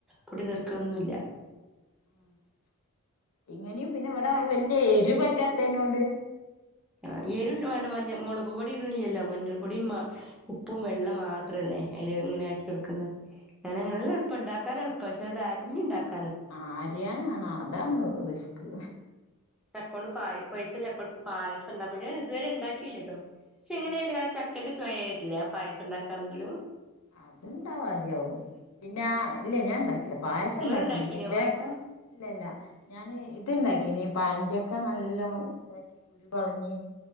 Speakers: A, in the centre; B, on the left.
A: പൊട്ടിതെക്കൊന്നുവില്ല
B: ആഹ് ആഹ് ഇങ്ങനെയും പിന്നെ ഇവിടെ വല്ല്യ എരുപ റ്റാത്തേനോട്
A: ആഹ് എരും വേണ്ട മഞ്ഞ മുളക് പൊടി ഇടുന്നില്ലല്ലോ മഞ്ഞൾപ്പൊടി
B: ആഹ്
A: മ
B: ആഹ്
A: ഉപ് പ്പും വെള്ളം മാത്രമല്ലേ അയില് അങ്ങനെയാക്കി എടുക്കുന്നേ
B: ആഹ്
A: ഞാൻ അങ്ങനെല്ല എളുപ്പ ഇണ്ടാക്കാൻ എളുപ്പ പക്ഷേ അത് അരിഞ്ഞുണ്ടാക്ക
B: ആരിയാനാണ് അതാണ് റിസ്ക്
A: ചക്കയോട് പായ് പഴത്ത ചക്കോട് പായസ ഉണ്ടാക്ക ഞാൻ ഇതുവരെ ഉണ്ടാക്കിയില്ലേട്ടോ പക്ഷെ
B: ഉം
A: ഇങ്ങനെയല്ലാ ച ചക്കെന്റെ ചോയവര്ല്ലെ പായസോണ്ടാക്കാണെങ്കിലും
B: അത്ണ്ടവും ആദ്യം പിന്നാ ഇല്ല ഞാൻ ഉണ്ടാക്കിലാ പായസം
A: ഇങ്ങള്
B: ഇണ്ടാക്കീല
A: ഉണ്ടാക്കീനോ
B: പക്ഷെ
A: പായസം
B: ഇല്ലല്ല ഞാൻ ഇതുണ്ടാക്കിനി പഴഞ്ചക്ക നല്ലോം താക്കി കുരു കളഞ്ഞ്